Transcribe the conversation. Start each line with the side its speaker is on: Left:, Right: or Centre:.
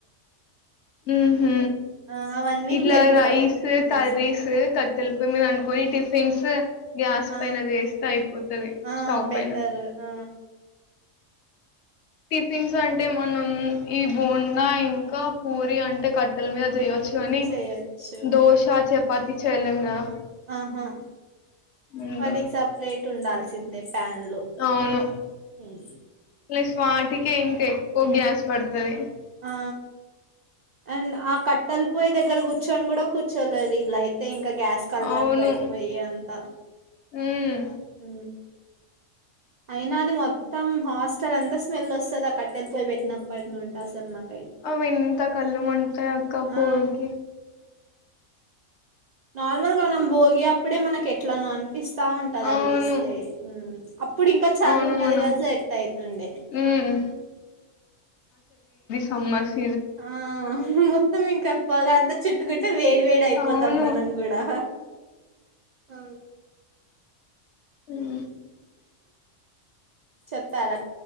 Left: ఉమ్మ్
Right: ఆ వన్ వీక్
Left: ఇలా
Right: లేవ్వు
Left: రైస్
Right: టిఫిన్స్
Left: కరీస్ కట్టల పోయి మీద అన్. కొన్ని టిఫిన్స్. గ్యాస్
Right: ఆ
Left: పైన చేస్తే అయిపోతది.
Right: ఆ
Left: స్టవ్
Right: బెటర్
Left: పైన.
Right: ఆ
Left: టిఫిన్స్ అంటే మనం ఈ బోండా ఇంకా పూరి అంటే కట్టెల మీద చేయొచ్చు. కాని
Right: చేయొచ్చు
Left: దోశ, చపాతి. పిచ్చ చేయలేం కదా.
Right: ఆహా
Left: ఉమ్,
Right: వాటికి సపరేట్. ఉండాల్సిందే. జపాన్ లో
Left: అవును
Right: ఉమ్.
Left: ప్లస్ వాటికే ఇంత ఎక్. త్రీ అవర్స్ పడుతది.
Right: ఆ అండ్ ఆహ్ కట్టల్. పొయ్యి దగ్గర కూర్చొని కూడా కూర్చోలేదు ఇల్లా అయితే ఇం. ఇంకా గ్యాస్ కి అలవాటు
Left: అవును
Right: పడిపోయి అంతా.
Left: ఉమ్
Right: ఉమ్. అయినా అది మొత్తం హాస్టల్ అంతా స్మెల్ వస్తుంది. అ కట్టెళపొయ్యి పెట్టినప్పటి నుండి అసలు మాకు.
Left: అవి ఇంత కళ్లు మండుతాయి అక్కపోగకి.
Right: ఆ నార్మల్ గా మనం భోగి అప్పుడే మనకు ఎట్లానో అన్. ఇప్పిస్తా ఉంటది
Left: అవును
Right: అవి వేస్తే ఉమ్. ఇప్పుడు ఇంకా చాలి
Left: అవును
Right: ఉంటది
Left: మనం
Right: కదా సెర్ట్ అవుతుండే.
Left: ఉమ్ సమ్మర్స్.
Right: ఆ మొత్తం ఇంకా పోగంత చుట్టుకుంటే వేడి వేడి అయిపోతం
Left: అవును
Right: మనం కూడా అ
Left: మ్మ్
Right: చెప్పరా